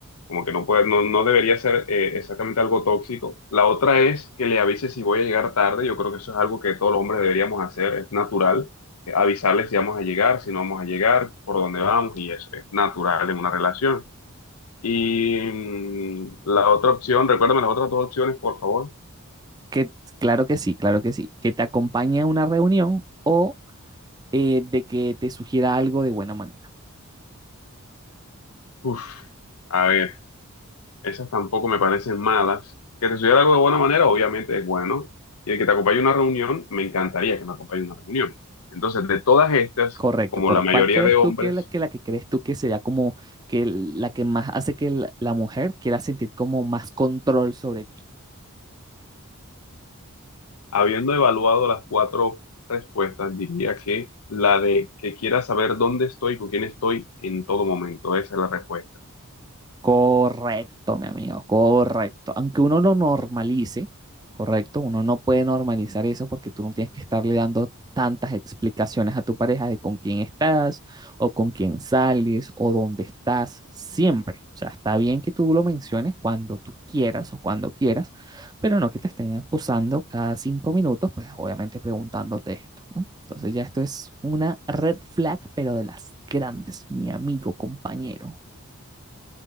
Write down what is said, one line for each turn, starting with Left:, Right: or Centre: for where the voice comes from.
Left: como que no puede, no, no debería ser eh, exactamente algo tóxico. La otra es que le avise si voy a llegar tarde. Yo creo que eso es algo que todos los hombres deberíamos hacer. Es natural eh, avisarle si vamos a llegar, si no vamos a llegar, por dónde vamos y eso es natural en una relación. Y mm, la otra opción, recuérdame las otras dos opciones, por favor.
Right: Que, claro que sí, claro que sí. Que te acompañe a una reunión o eh, de que te sugiera algo de buena manera.
Left: Uf, a ver. Esas tampoco me parecen malas. Que te sugiera algo de buena manera, obviamente es bueno. Y el que te acompañe a una reunión, me encantaría que me acompañe a una reunión. Entonces, de todas estas,
Right: Correcto,
Left: como
Right: correcto.
Left: la mayoría
Right: ¿Cuál crees
Left: de hombres,
Right: tú que la que, la que crees tú que sería como que la que más hace que la, la mujer quiera sentir como más control sobre ti?
Left: habiendo evaluado las cuatro respuestas, diría que la de que quiera saber dónde estoy, con quién estoy en todo momento. Esa es la respuesta.
Right: Correcto, mi amigo, correcto. Aunque uno lo normalice, correcto, uno no puede normalizar eso porque tú no tienes que estarle dando tantas explicaciones a tu pareja de con quién estás o con quién sales o dónde estás siempre. O sea, está bien que tú lo menciones cuando tú quieras o cuando quieras, pero no que te estén acusando cada cinco minutos, pues obviamente preguntándote esto, ¿no? Entonces ya esto es una red flag, pero de las grandes, mi amigo, compañero.